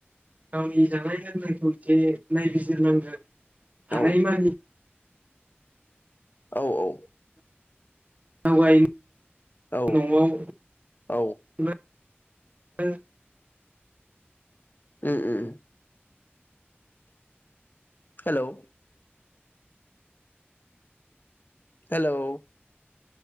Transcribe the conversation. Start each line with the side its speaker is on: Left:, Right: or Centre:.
Right: गावनि जानाय लोंनायखौ एसे नायबिजिरनांगोन हानायमानि
Left: औ औ औ
Right: आवगायो
Left: औ
Right: न'आव
Left: औ
Right: <unintelligible> <unintelligible>
Left: ओह ओह ओह हेलौ हेलौ